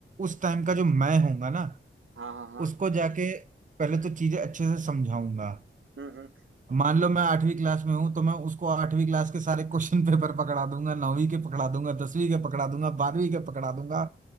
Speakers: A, on the right; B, on the right.
A: उस टाइम का जो मैं होऊंगा ना
B: हाँ हाँ हाँ
A: उसको जाके पहले तो चीजें अच्छे से समझाऊंगा
B: हम्म हम्म
A: मान लो मैं आठवीं क्लास में हूं तो मैं उसको आठवीं क्लास के सारे क्वेश्चन <laughs> पेपर पकड़ा दूंगा नौवीं के पकड़ा दूंगा दसवीं के पकड़ा दूंगा बारहवीं के पकड़ा दूंगा